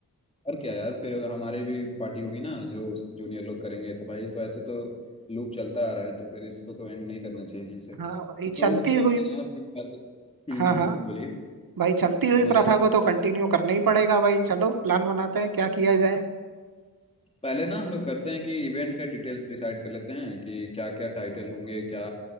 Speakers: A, on the left; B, on the right.
A: और क्या यार फिर हमारी भी पार्टी होगी ना जो जूनियर लोग करेंगे तो भाई तो ऐसे तो लूप चलता आ रहा है तो फिर इसको तो एंड नहीं करना चाहिए ना सर
B: हाँ ये
A: तो
B: चलती
A: हम लोग सोच
B: हुई
A: रहे हैं यार कि- हम्म
B: हाँ
A: हम्म
B: हाँ
A: बोलिए
B: भाई चलती हुई
A: बोलिए
B: प्रथा को तो कंटिन्यू करना ही पड़ेगा भाई चलो प्लान बनाते हैं क्या किया जाए
A: पहले ना हम लोग करते हैं कि इवेंट का डिटेल्स डिसाइड कर लेते हैं कि क्या क्या टाइटल होंगे क्या